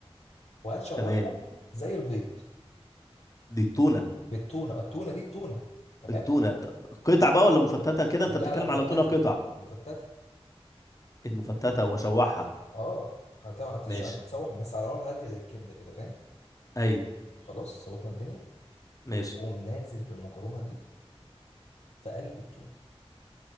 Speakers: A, on the left; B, on the left.
A: وهتشوحهم
B: تمام
A: زي البيض
B: دي التونة
A: بالتونه التونه دي التونه تمام
B: التونة طب قطع بقى ولا مفتتة كده
A: لا
B: انت بتتكلم
A: لا مفتته
B: على تونة قطع
A: مفتته
B: المفتتة واشوحها
A: اه هت- هتش-
B: ماشي
A: هتتشوح بس على نار هاديه زي الكبده كده فاهم
B: ايوه
A: خلاص ظبطنا الدنيا
B: ماشي
A: وتقوم نازل بالمكرونه دي في قلب التونه